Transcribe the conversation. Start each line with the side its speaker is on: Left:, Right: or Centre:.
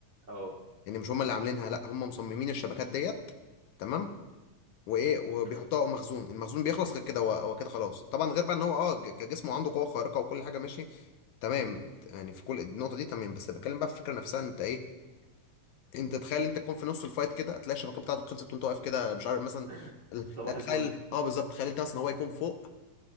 Right: اه
Left: يعني مش هم اللي عاملينها لا هم مصممين الشبكات ديت تمام وايه وبيحطوها
Right: مم.
Left: على مخزون المخزون بيخلص غير كده هو هو كده خلاص طبعا غير بقى ان هو اه ج- كجسمه عنده قوه خارقه وكل حاجه ماشي تمام يعني في كل النقطه دي تمام بس بتكلم بقى في الفكره نفسها انت ايه انت تخيل انت تكون في نص الفايت كده تلاقي الشبكه بتاعتك خلصت وانت واقف كده مش عارف مثلا
Right: <laughs> صباح
Left: لا تخيل
Right: الفل
Left: اه بالظبط تخيل انت مثلا هو يكون فوق